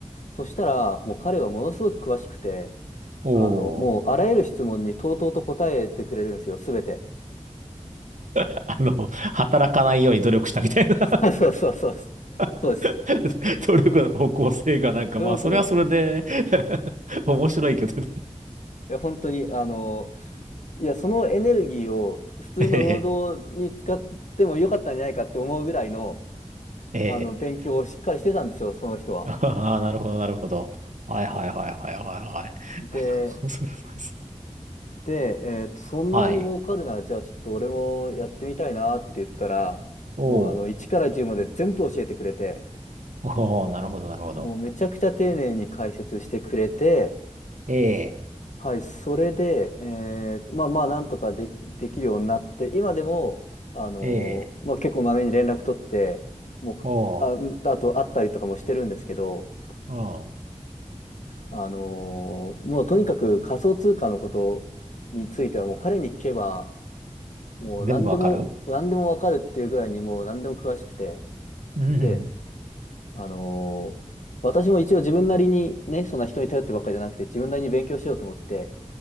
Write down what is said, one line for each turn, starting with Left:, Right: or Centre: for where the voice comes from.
Left: そしたらもう彼はものすごく詳しくて、
Right: おお。
Left: あの、もう、あらゆる質問にとうとうと答えてくれるんですよ、すべて。
Right: <laughs> あの、働かないように努力したみたいな
Left: <laughs> あそうそうそう
Right: <laughs>
Left: そうです。
Right: 努力の方向性がなんか、
Left: 努力の、
Right: まあ、それはそれで <laughs> 面白いけどね
Left: いや、本当に、あの、いや、そのエネルギーを普通の労働に使ってもよかったんじゃないかって思うぐらいの、
Right: <laughs> ええ、ええ。
Left: あの、勉強をしっかりしてたんですよ、その人は。
Right: <laughs> ああ、なるほど、なるほど。はいはいはいはいはいはい。<laughs>
Left: で、
Right: なるほどそうですそうです。
Left: で、えーとそんなに儲かるなら、
Right: はい。
Left: じゃあちょっと俺もやってみたいなって言ったら、
Right: おお。
Left: もうあの、1から10まで全部教えてくれて、
Right: おお、なるほど、なるほど。
Left: もうめちゃくちゃ丁寧に解説してくれて、
Right: ええ、
Left: はい、それで、えーまあまあ、なんとかで、できるようになって、今でも、あのーまあ、
Right: ええ、
Left: 結構まめに連絡取って、もう、
Right: お
Left: あ、あと会ったりとかもしてるんですけど、
Right: お、う
Left: あのーもうとにかく仮想通貨のことについては、もう彼に聞けば、もう何でも、
Right: ん。全部わかる
Left: 何でもわかるっていうぐらいにもう何でも詳しくて、
Right: うん。
Left: で、あのー私も一応自分なりにね、そんな人に頼ってばっかりじゃなくて、自分なりに勉強しようと思って、